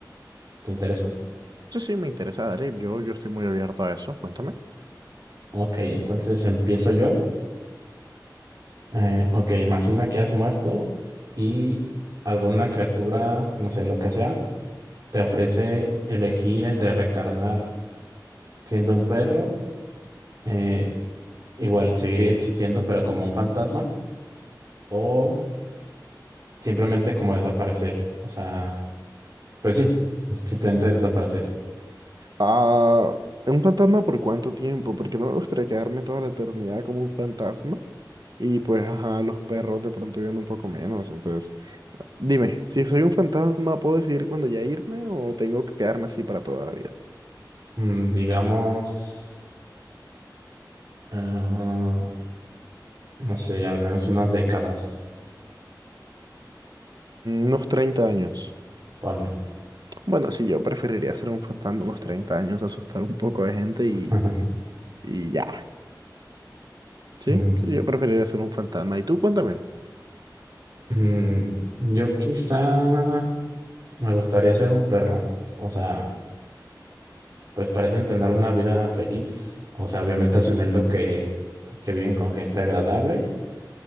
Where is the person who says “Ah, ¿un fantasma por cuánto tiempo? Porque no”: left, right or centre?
Right